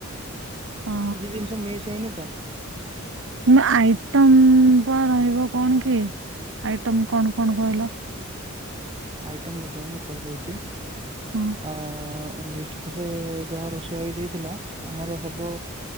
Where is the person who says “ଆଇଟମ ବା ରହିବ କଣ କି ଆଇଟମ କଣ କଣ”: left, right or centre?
Right